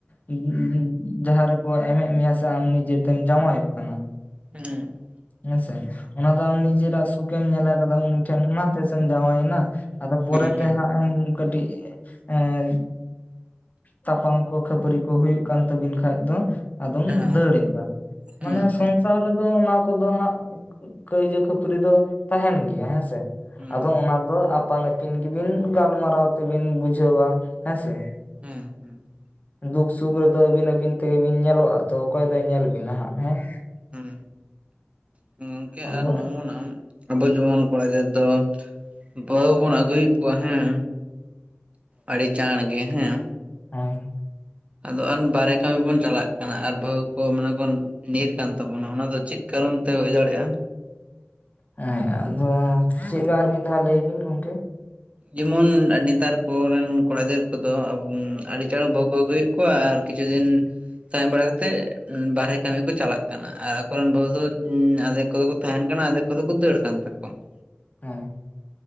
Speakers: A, on the left; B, on the right.
A: <unintelligible> ᱡᱟᱦᱟᱸ ᱨᱮᱠᱚ ᱮᱢᱮᱫ ᱢᱮᱭᱟ ᱥᱮ ᱟᱢ ᱱᱤᱡᱮᱛᱮᱢ ᱡᱟᱶᱟᱭᱚᱜ ᱠᱟᱱᱟ
B: <unintelligible>
A: ᱦᱮᱸ ᱥᱮ, ᱚᱱᱟ ᱫᱚ ᱟᱢ ᱱᱤᱡᱮᱨᱟᱜ ᱥᱩᱠᱮᱢ ᱧᱮᱞᱟᱠᱟᱫᱟ ᱩᱱᱤ ᱴᱷᱮᱱ ᱚᱱᱟᱛᱮ ᱥᱮᱢ ᱡᱟᱶᱟᱭᱮᱱᱟ ᱾ ᱟᱫᱚ ᱯᱚᱨᱮᱛᱮ
B: ᱦᱩᱸ
A: ᱦᱟᱸᱜ ᱮᱢ ᱠᱟᱹᱴᱤᱡ, ᱮᱸᱻ ᱛᱟᱯᱟᱢ ᱠᱚ ᱠᱷᱟᱹᱯᱟᱹᱨᱤ ᱠᱚ ᱦᱩᱭᱩᱜ ᱠᱟᱱ ᱛᱟᱵᱤᱱ ᱠᱷᱟᱡ ᱫᱚ, ᱟᱫᱚᱢ
B: ᱦᱮᱸ
A: ᱫᱟᱹᱲ ᱮᱫᱟ,
B: ᱦᱩᱸ
A: ᱢᱟᱱᱮ
B: ᱦᱩᱸ
A: ᱥᱚᱝᱥᱟᱨ ᱨᱮᱫᱚ ᱚᱱᱟ ᱠᱚᱫᱚ ᱦᱟᱸᱜ, ᱠᱟᱹᱭᱡᱩ ᱠᱷᱟᱹᱯᱟᱹᱨᱤ ᱫᱚ ᱛᱟᱦᱮᱸᱱ ᱜᱮᱭᱟ ᱦᱮᱸ ᱥᱮ ᱾
B: ᱦᱩᱸ
A: ᱟᱫᱚ ᱚᱱᱟ ᱫᱚ ᱟᱯᱟᱱ ᱟᱹ ᱯᱤᱱ ᱜᱮ ᱵᱤᱱ ᱜᱟᱞᱢᱟᱨᱟᱣ ᱛᱮᱵᱤᱱ ᱵᱩᱡᱷᱟᱹᱣᱟ ᱦᱮᱸ ᱥᱮ ᱾
B: ᱦᱩᱸ ᱦᱩᱸ ᱾
A: ᱫᱩᱠ ᱥᱩᱠ ᱨᱮᱫᱚ ᱟᱹᱵᱤᱱ ᱟᱹᱵᱤᱱ ᱛᱮᱜᱮ ᱵᱤᱱ ᱧᱮᱞᱚᱜᱼᱟ ᱛᱚ ᱚᱠᱚᱭ ᱫᱚᱭ ᱧᱮᱞ ᱵᱤᱱᱟ ᱦᱟᱸᱜ ᱦᱮᱸ ᱾
B: ᱦᱩᱸ, ᱜᱚᱝᱠᱮ
A: ᱟᱫᱚ
B: ᱟᱨ ᱱᱚᱜ-ᱱᱟᱢ ᱟᱵᱚ ᱡᱮᱢᱚᱱ ᱠᱚᱲᱟ ᱜᱤᱫᱨᱟᱹ ᱫᱚ, ᱵᱟᱹᱦᱩ ᱵᱚᱱ ᱟᱹᱜᱩᱭᱮᱫ ᱠᱚᱣᱟ ᱦᱮᱸ, ᱟᱰᱤ ᱪᱟᱬ ᱜᱮ ᱦᱮᱸ᱾
A: ᱦᱚᱭ,
B: ᱟᱫᱚ ᱟᱱ ᱵᱟᱦᱨᱮ ᱠᱟᱹᱢᱤ ᱵᱚᱱ ᱪᱟᱞᱟᱜ ᱠᱟᱱᱟ ᱟᱨ ᱵᱟᱹᱦᱩ ᱠᱚ ᱢᱟᱱᱮ ᱵᱚᱱ ᱧᱤᱨ ᱠᱟᱱ ᱛᱟᱵᱚᱱᱟ ᱚᱱᱟ ᱫᱚ ᱪᱮᱫ ᱠᱟᱨᱚᱱ ᱛᱮ ᱦᱩᱭ ᱫᱟᱲᱮᱭᱟᱜᱼᱟ?
A: ᱦᱮᱸ ᱟᱫᱚ ᱪᱮᱫ ᱵᱟ ᱟᱨ ᱢᱤᱫ ᱫᱷᱟᱣ ᱞᱟᱹᱭ ᱵᱤᱱ ᱜᱚᱝᱠᱮ?
B: ᱡᱮᱢᱚᱱ ᱟᱨ ᱱᱮᱛᱟᱨ ᱠᱚᱨᱮᱱ ᱠᱚᱲᱟ ᱜᱤᱫᱟᱹᱨ ᱠᱚᱫᱚ ᱟᱹᱰᱤ ᱪᱟᱬ ᱵᱟᱹᱦᱩ ᱠᱚ ᱟᱹᱜᱩᱭᱮᱜ ᱠᱚᱣᱟ ᱟᱨ ᱠᱤᱪᱷᱩ ᱫᱤᱱ ᱛᱟᱦᱮᱸ ᱵᱟᱲᱟ ᱠᱟᱛᱮᱜ ᱵᱟᱨᱦᱮ ᱠᱟᱹᱢᱤ ᱠᱚ ᱪᱟᱞᱟᱜ ᱠᱟᱱᱟ ᱟᱨ ᱟᱠᱚᱨᱮᱱ ᱵᱟᱹᱵᱩ ᱫᱚ ᱟᱫᱷᱮᱠ ᱠᱚᱫᱚ ᱠᱚ ᱛᱟᱦᱮᱸᱱ ᱠᱟᱱᱟ, ᱟᱫᱷᱮᱠ ᱠᱚᱫᱚ ᱠᱚ ᱫᱟᱹᱲ ᱠᱟᱱ ᱛᱟᱠᱚᱣᱟ ᱾
A: ᱦᱮᱸ᱾